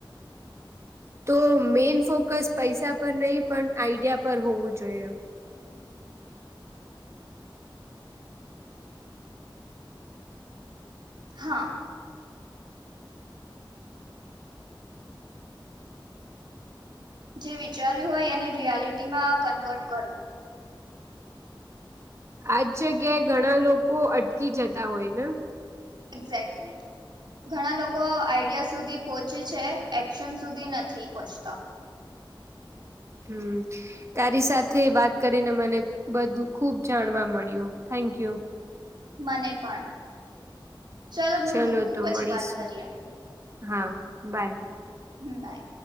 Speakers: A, on the right; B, on the right.
A: તો મેન ફોકસ પૈસા પર નહી પણ આઈડિયા પર હોવું જોઈએ.
B: હા જે વિચાર્યું હોય એને રિયાલિટીમાં કન્વર્ટ કરવું.
A: આજ જગ્યાએ ઘણા લોકો અટકી જતા હોય ને
B: એક્ઝેક્ટલી ઘણા લોકો આઈડિયા સુધી પોહોંચે છે એક્શન સુધી નથી પહોંચતા.
A: હમ્મ. તારી સાથે વાત કરીને મને બધું ખુબ જાણવા મળ્યું થેન્ક યુ.
B: મને પણ ચલોો હું
A: ચલો
B: મૂકું
A: તો
B: પછી
A: મળીશું
B: વાત કરીએ.
A: હા બાય
B: હમ્મ બાય